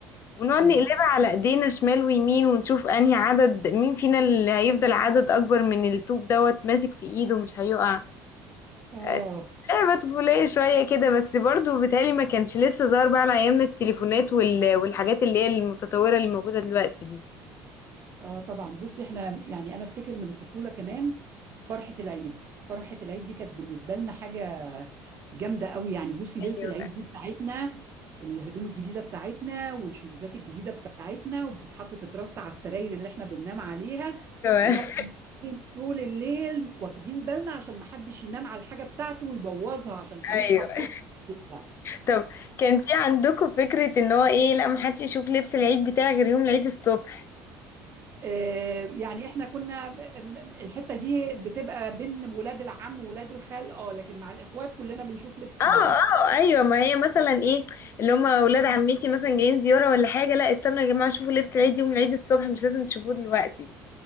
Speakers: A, on the left (about 45°); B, on the right (about 45°).
A: ونقعد
B: اه
A: نقلبها على ايدينا شمال ويمين ونشوف انهي عدد مين فينا اللي هيفضل عدد اكبر من الطوب دوت ماسك في ايده مش هيقع
B: اه
A: آه، لعبة طفولية شوية كده بس برضو بالتالي ما كانش لسه ظهر بقى على ايامنا التليفونات وال... والحاجات اللي هي المتطورة اللي موجودة دلوقتي دي
B: اه طبعا بصي احنا يعني انا افتكر من الطفوله كمان فرحه العيد فرحه العيد دي كانت بالنسبه لنا حاجه جامده قوي يعني بصي ليله
A: ايوه
B: العيد دي بتاعتنا الهدوم الجديده بتاعتنا والشوزات الجديده بتاعتنا وبتتحط تترص على السراير اللي احنا بننام عليها ونقعد
A: ايوه
B: طول الليل واخدين بالنا عشان ما حدش ينام على الحاجه بتاعته ويبوظها عشان هنصحى
A: <laughs>
B: الصبح نلبسها.
A: طب كان في عندكم فكرة ان هو ايه لا محدش يشوف لبس العيد بتاعي غير يوم العيد الصبح
B: آه، يعني احنا كنا م- م- الحته دي بتبقى بين ولاد العم وولاد الخال اه لكن مع الاخوات كلنا بنشوف لبس
A: اه اه
B: بعض
A: ايوه ما هي مثلا ايه اللي هم اولاد عمتي مثلا جايين زيارة ولا حاجة لا استنوا يا جماعة شوفوا لبس العيد يوم العيد الصبح مش لازم تشوفوه دلوقتي